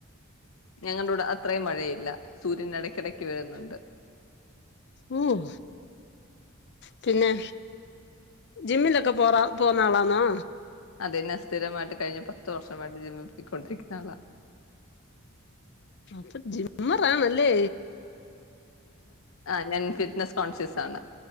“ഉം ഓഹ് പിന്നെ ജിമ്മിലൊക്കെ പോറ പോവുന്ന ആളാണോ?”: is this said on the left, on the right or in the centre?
Left